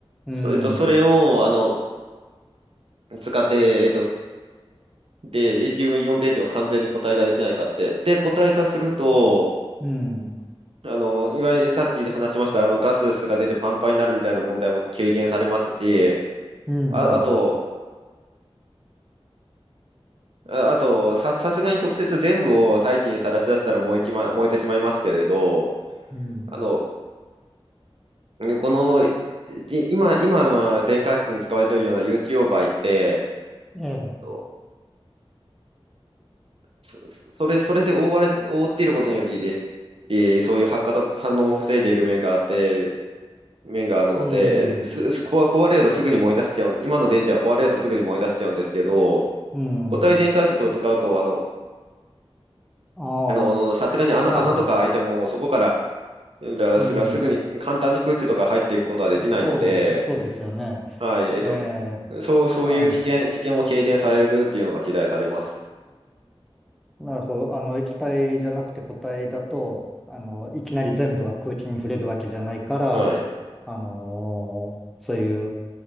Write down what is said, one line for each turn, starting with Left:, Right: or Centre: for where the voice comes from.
Centre: うん。
Right: それと、それを、あの、使って、えっと、で、リチウムイオン電池を完全に固体化できないかって。で、固体化すると、
Centre: うん。
Right: あの、いわゆるさっき話しました、あの、ガスが出てパンパンになるみたいな問題も軽減されますし、
Centre: うん。
Right: あ、あと、あ、あと、さ、さすがに直接全部を大気にさらし出したら燃えちま、燃えてしまいますけれど、
Centre: うん。うん
Right: あの、この、じ今、今のは電解質に使われているような有機溶媒って、
Centre: ええ。
Right: そ、そそれ、それで覆われ、覆っていることにより、りそういう発火と反応を防いでいる面があって、面があるので、
Centre: うん。
Right: す、す、壊壊れるとすぐに燃え出しちゃうん、今の電池は壊れるとすぐに燃え出しちゃうんですけど、
Centre: うん。
Right: 固体電解質を使うと、あの、
Centre: ああ。
Right: あの、さすがに穴、
Centre: なるほど。
Right: 穴とか開いても、そこから、らすらすぐに簡単に空気とか入っていくことはできないので、
Centre: うん、そう、そうですよね。
Right: はい、えっと、
Centre: ええ
Right: そう、そういう危険、
Centre: あ、うん
Right: 危険も軽減されるっていうのが期待されます。
Centre: なるほど。あの、液体じゃなくて固体だと、あの、いきなり全部は空気に触れるわけじゃないから、
Right: はい、
Centre: あのーそういう